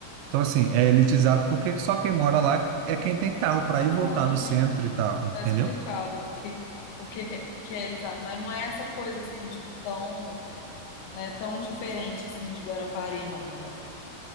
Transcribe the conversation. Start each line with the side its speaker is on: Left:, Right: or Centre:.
Right: Então, assim, é elitizado porque só quem mora lá é quem tem carro
Left: Ah,
Right: para ir e voltar do
Left: entendi.
Right: centro e tal, entendeu?
Left: Tá explicado porque porque que, que é elitado. Mas não é essa coisa assim, tipo, tão, né, tão diferente assim de Guarapari, não, né?